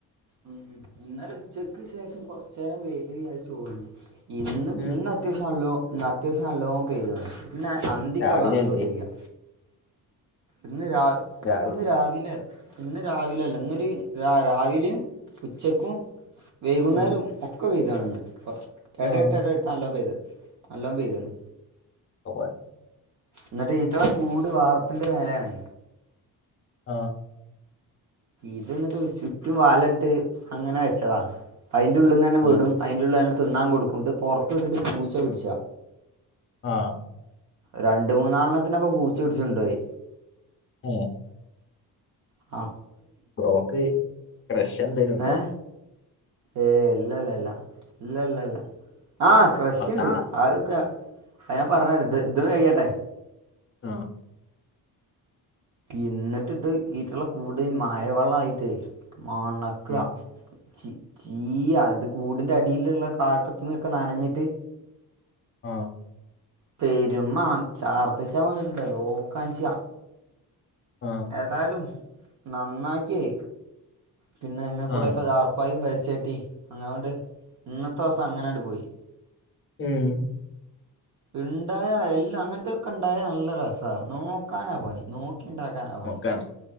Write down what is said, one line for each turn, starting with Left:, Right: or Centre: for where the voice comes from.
Right: ഉം ഇന്നലെ ഉച്ചക്ക് ശേഷം കൊറച്ചേരൻ പൈത അത് ചോർന്ന് ഇന്നും
Left: ഉം
Right: ഇന്ന് അത്യവാശീയം ല്ലോ അത്യാവസ്സിയും നല്ലോം പൈതക്കന് ല്ല അന്തിക
Left: രാവിലെയല്ലേ
Right: ബാങ്ക് കൊടുത്തയയ്യാ ഇന്ന് രാവ്‌
Left: രാവിലെ
Right: ഇന്ന് രാവിലെ ഇന്ന് രാവിലെല്ല ഇന്നൊരു രാവിലിം ഉച്ചക്കും വൈകുന്നേരും
Left: ഉം
Right: ഒക്കെ വെയിലാണ് പ്പ എടട്ട്
Left: ആഹ്
Right: എടട്ട് നല്ലോം പൈതകിന്
Left: <unintelligible>
Right: ന്നട്ട് എത്ര കൂട് വാർപ്പിന്റെ മേലേണ്
Left: ആ
Right: ഇത് ന്നട്ട് ചുറ്റും വലട്ട് അങ്ങനെ വച്ചതാ അയിന്റെള്ളന്നന്നെ വിടും
Left: ഏഹ്
Right: അയിന്റെള്ളുഞങ്ങൾ തിന്നാൻ കൊടുക്കും ഇത് പൊറത്ത് നിന്നിട്ട് പുച്ച പിടിച്ച
Left: ആ
Right: രണ്ട് മൂന്നാലതിനെ ഇപ്പം പുച്ച പിടിച്ചോണ്ട് പോയി
Left: ആ
Right: ആ
Left: ഫ്രോക് റഷ്യ ന്തേലും ണ്ടാ
Right: ഏ ഏ ഇല്ല ലാ ല്ലാ ഇല്ലല്ലല്ല. ആ.. ക്രഷുണ്ട്.
Left: പത്താം ക്ലാ
Right: ആതൊക്കെ ആ ഞാൻ പറഞ്ഞെര. ഇത് ഇത് കയ്യട്ടെ.
Left: ആ
Right: ഇന്ന്ട്ട്ത് ഈട്ടേലെകൂടെ മയ വല്ലായിട്ടെ. മണക്ക
Left: ആഹ്
Right: ചി ചീ അത് കൂടിന്റെ അടിയിലുള്ള കാട്ടത്ത ഒക്കെ നനഞ്ഞിട്ട്.
Left: ആ
Right: പെരുമ്മണം. ചാർത്തിച്ചാബെന്നിട്ടിൻടെല്ലോ. ഓക്കാൻചാ.
Left: ആഹ്
Right: ഏതായാലും നന്നാക്കിയേ. പിന്നെ അയ്മക്കൂടെ
Left: ആഹ്
Right: ഒക്കെ ദാർപ്പായി. ചേട്ടി അങനൊണ്ട് ഇന്നതോസം അങ്ങനെആണ്ട് പോയി.
Left: ഉം,
Right: ഇണ്ടായാ എല്ലാം അങ്ങനത്തൊക്കെ ഇണ്ടായ നല്ല രസ. നോക്കാനാ പണി. ഇൻടാക്കാനാ പണി.
Left: നോക്കാണ്